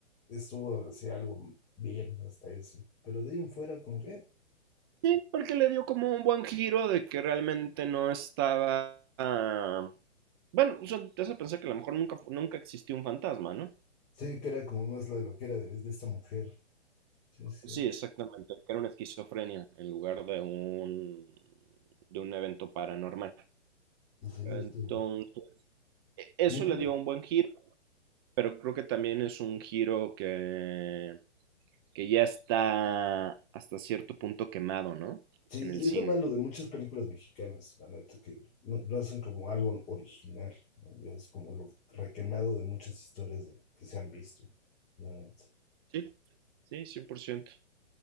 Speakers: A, on the left (about 20°); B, on the right (about 20°).
A: estuvo así algo bien hasta eso. Pero de ahí en fuera, como que. eh,
B: Sí, porque le dio como un buen giro de que realmente no estaba... ah, Bueno, eso te hace pensar que a lo mejor nunca, fu- nunca existió un fantasma, ¿no?
A: Sí, que era como más la loquera de, de esta mujer. Sí, es cierto.
B: Sí, exactamente, que era una esquizofrenia en lugar de un, de un evento paranormal.
A: Sí,
B: Entonces,
A: Es cierto.
B: e- eso
A: Mira,
B: le dio un buen giro. pero creo que también es un giro que, que ya está hasta cierto punto quemado, ¿no?
A: Sí,
B: En el cine.
A: es lo malo de muchas películas mexicanas, la neta, que no, no hacen como algo original, ¿no? Ya Es como lo requemado de muchas historias de- que se han visto, la neta.
B: Sí. Sí, 100%.